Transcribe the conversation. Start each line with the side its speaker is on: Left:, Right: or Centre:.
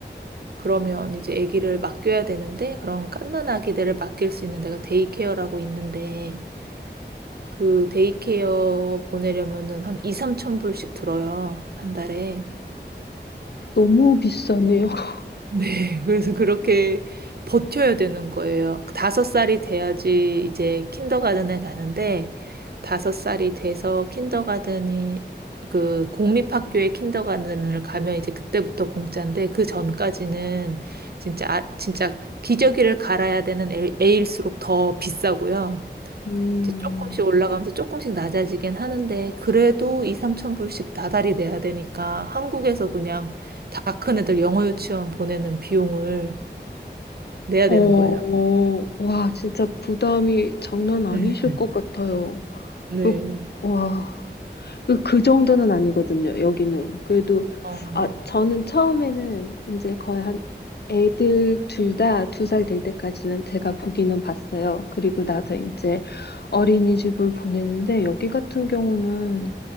Right: 그러면 이제 아기를 맡겨야 되는데 그런 갓난 아기들을 맡길 수 있는 데가 데이케어라고 있는데 그 데이케어 보내려면은 한 2, 3천 불씩 들어요. 한 달에.
Left: 너무 비싸네요. <laughs>
Right: 네. <laughs> 그래서 그렇게 버텨야 되는 거예요. 다섯 살이 돼야지 이제 킨더가든에 가는데 다섯 살이 돼서 킨더가든이 그 공립학교의 킨더가든을 가면 이제 그때부터 공짜인데 그 전까지는 진짜 아- 진짜 기저귀를 갈아야 되는 애- 애일수록 더 비싸고요.
Left: 음,
Right: 이제 조금씩 올라가면서 조금씩 낮아지긴 하는데 그래도 2, 3천 불씩 다달이 내야 되니까 한국에서 그냥 다 큰 애들 영어 유치원 보내는 비용을 내야
Left: 어,
Right: 되는
Left: 어,
Right: 거예요.
Left: 와, 진짜 부담이 장난 아니실
Right: 네.
Left: 것 같아요.
Right: 네.
Left: 으, 와. 그, 그 정도는 아니거든요, 여기는. 그래도,
Right: 어.
Left: 아, 저는 처음에는 이제 거의 한 애들 둘 다 두 살 될 때까지는 제가 보기는 봤어요. 그리고 나서 이제 어린이집을 보내는데 여기 같은 경우는,